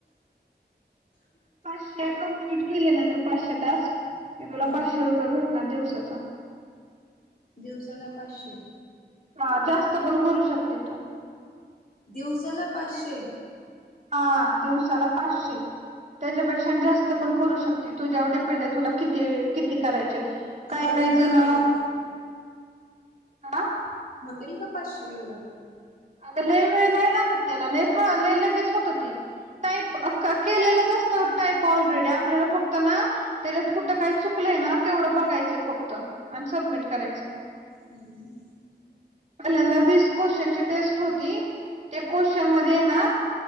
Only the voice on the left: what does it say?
हम्म
दिवसाला पाचशे.
दिवसाला पाचशे.
होतील
का माझ्याकडून
होतील का पाचशे एवढं.
हम्म हम्म